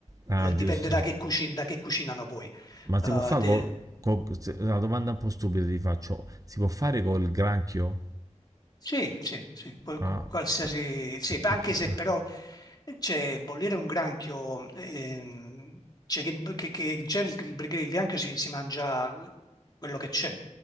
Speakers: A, on the right; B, on the left.
A: ah,
B: Eh,
A: giusto.
B: dipende da che, cuci- da che cucinano poi.
A: Ma si
B: Eh,
A: può fare
B: de-
A: con... una domanda un po' stupida ti faccio. Si può fare col granchio?
B: Sì, sì, sì, qual-
A: Ah,
B: qualsiasi,
A: per-
B: sì, anche
A: perché...
B: se però eh, c'è bollire un granchio, ehm, cioè che, che- che già il, il- perché il granchio si, si mangia eh, quello che c'è,